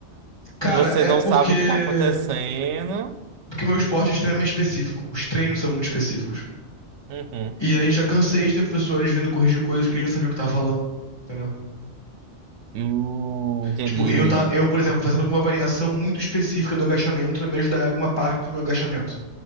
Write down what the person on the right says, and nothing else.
você
não
sabe o que tá acontecendo.
Uhum.
Hum, entendi.